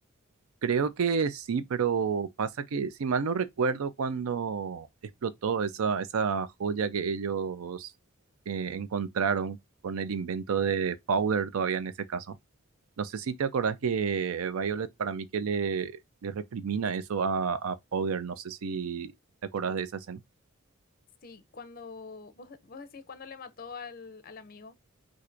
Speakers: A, on the right; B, on the left.
A: Creo que sí, pero pasa que, si mal no recuerdo, cuando explotó esa, esa joya que ellos eh, encontraron con el invento de Powder todavía en ese caso. No sé si te acordás que Violet para mí que le, le recrimina eso a, a Powder, no sé si te acordás
B: Sí,
A: de esa escena.
B: Sí, cuando vos, vos decís cuando le mató al, al amigo.